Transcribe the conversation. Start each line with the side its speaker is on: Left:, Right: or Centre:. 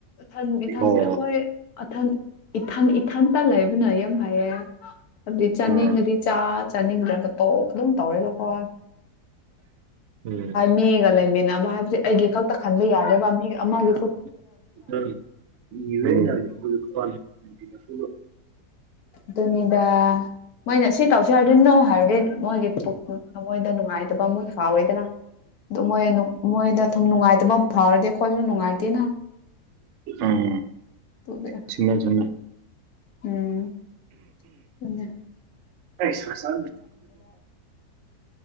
Left: ꯊꯟ ꯏꯊꯟ
Right: ꯑꯣ
Left: ꯑꯩꯈꯣꯏ ꯑꯊꯟ ꯏꯊꯟ ꯏꯊꯟ ꯇꯥꯟ ꯂꯩꯕꯅ ꯌꯥꯝ ꯐꯌꯦꯦ ꯍꯥꯏꯕꯗꯤ ꯆꯥꯅꯤꯡꯉꯗꯤ
Right: ꯑꯥ
Left: ꯆꯥ ꯆꯥꯅꯤꯡꯗ꯭ꯔꯒ ꯑꯣ ꯑꯗꯨꯝ ꯇꯧꯋꯦꯅꯣꯀꯣ
Right: ꯎꯝ
Left: ꯃꯤꯒ ꯂꯩꯃꯤꯟꯅꯕ ꯍꯥꯏꯕꯗꯤ ꯑꯩꯒꯤ ꯈꯛꯇ ꯈꯟꯕ ꯌꯥꯅꯦꯕ ꯃꯤ ꯑꯃꯒꯤ
Right: <inaudible>
Left: ꯑꯗꯨꯅꯤꯗꯥ ꯃꯣꯏꯅ ꯁꯤ ꯇꯧꯁꯦ ꯍꯥꯏꯔꯗꯤ ꯅꯣ ꯍꯥꯏꯔꯗꯤ ꯃꯣꯏꯒꯤ ꯄꯨ ꯃꯣꯏꯗ ꯅꯨꯡꯉꯥꯏꯇꯕ ꯑꯃ ꯐꯥꯎꯋꯦꯗꯅ ꯑꯗꯨ ꯃꯣꯏ ꯃꯣꯏꯗ ꯊꯨꯝ ꯅꯨꯡꯉꯥꯏꯇꯕ ꯑꯃ ꯐꯥꯎꯔꯗꯤ ꯑꯩꯈꯣꯏꯁꯨ ꯅꯨꯡꯉꯥꯏꯇꯦꯅ
Right: ꯑꯝ
Left: ꯑꯗꯨꯒꯤ
Right: ꯆꯟꯅ ꯆꯅ
Left: ꯎꯝ ꯄꯨꯅ
Right: ꯁꯁ